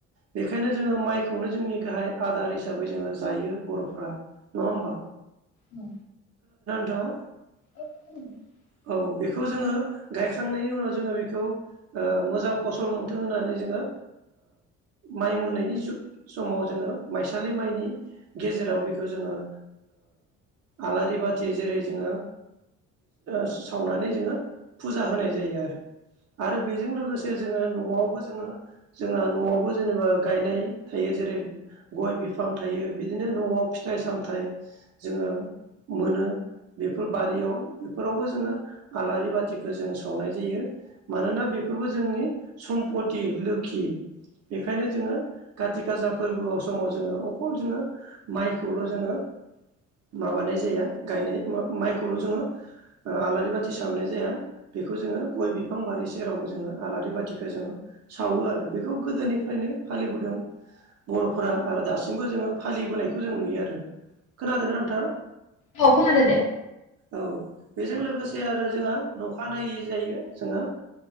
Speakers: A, on the right; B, on the left.
A: बेखायनो जोङो माइखौनो जोंनि गाहाय आदार हिसाबै जोङो जायो बर'फ्रा नङा। होमबा
B: औ
A: द'
B: <inaudible>
A: औ बेखौ जोङो गायखांनायनि उनाव जोङो बेखौ मोजां फसल मोनथों होननानै जोङो माइ मोननायनि समाव जोङो माइसालि माइनि गेजेराव बेखौ जों जो आलारि बाथि जेरै जोङो सावनानै जोङो फुजा होनाय जायो आरो। आरो बेजों लोगोसे जोङो न'आवबो जोङो जोंहा न'आवबो जेनेबा गायनाय थायो जेरै गय बिफां थायो बिदिनो न'आव फिथाइ सामथाइ जोङो मोनो। बेफोर बारियाव बेफोरावबो जोङो आलारि बाथिखो जों सावनाय जायो। मानोना बेफोरबो जोंनि सम्पति लोखि। बेखायनो जोङो काति गाजा फोर्बोआव समाव जोङो अखल जोङो माइखौल' जोङो माबानाय जाया गायनाय मा-माइखौल' जोङो ओ आलारि बाथि सावनाय जाया बेखौ जोङो गइ बिफां बारि सेरावबो जोङो आलारि बाथिखो जोङो सावो आरो। बेखौ गोदोनिफ्रायनो फालिबोदों बर'फोरा आरो दासिमबो जोङो फालिबोनायखौ जों नुयो आरो। खोनादों ना नोंथाङा?
B: औ खोनादों दे।
A: औ बेजों लोगोसे आरो जोंहा अखानायै जायो जोंहा